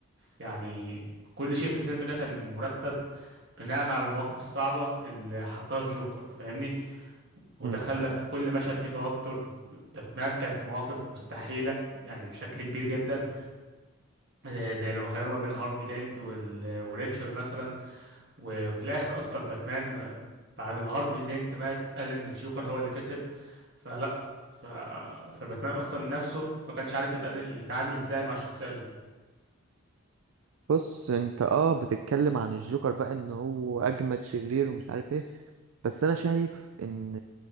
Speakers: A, on the right; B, on the right.
A: يعني كل شيء في الفيلم ده كان مرتب بناء على المواقف الصعبة اللي حطها الجوكر فاهمني وده
B: مم.
A: خلى في كل مشهد فيه توتر باتمان كان في مواقف مستحيلة يعني بشكل كبير جدا آه، زي لما خيروا ما بين هارفي دينت وال- وريتشل مثلا وفي الاخر اصلا باتمان بعد ما هارفي دينت مات قال ان الجوكر هو اللي كسب فلا ف... فباتمان اصلا نفسه ما كانش عارف يتقدر يتعامل ازاي مع الشخصية دي
B: بص انت اه بتتكلم عن الجوكر بقى ان هو اجمد شرير ومش عارف ايه بس انا شايف ان